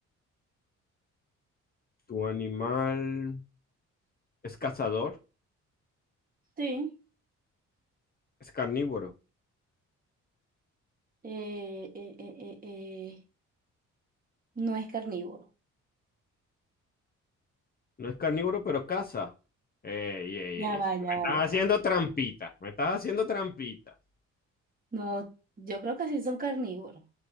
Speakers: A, on the left; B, on the right.
A: ¿Tu animal es cazador?
B: Sí.
A: ¿Es carnívoro?
B: Eh, eh, eh, eh, eh, No es carnívoro.
A: No es carnívoro, pero caza. Ey, ey,
B: Ya
A: ey, eso.
B: va, ya
A: Me estás
B: va. ya.
A: haciendo trampita. Me estás haciendo trampita.
B: No, yo creo que sí son carnívoros.